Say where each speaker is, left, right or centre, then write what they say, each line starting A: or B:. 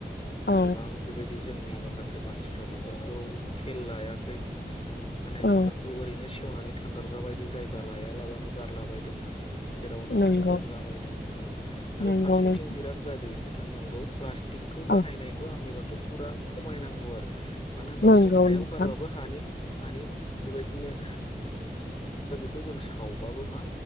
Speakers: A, on the left; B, on the left.
A: औ
B: गोबां बेबायदि जोंनि माखासे मानसिफ्रा बेफोरखौ खेल लायाखै माने
A: औ
B: बेफोरखौ ओरैनो सेवनानै थांगारग्रा बायदि जायगा लायालाबानो गारला बायदों। जेरावनो
A: नंगौ
B: मोनो दोनलाबायदों औ आरो
A: नंगौ
B: फारसेथिं
A: नोंथां
B: बिराद गाज्रि नोंथां नंगौ प्लास थिकखौ बाहायनायखौ
A: औ
B: आंनिबाथ' फुरा खमायनांगौ आरो। मानो होनबा
A: नंगौ
B: बेखौ हायाव
A: नोंथां
B: गारबाबो हानि हानि बेबायदिनो खौ जों सावबाबो मा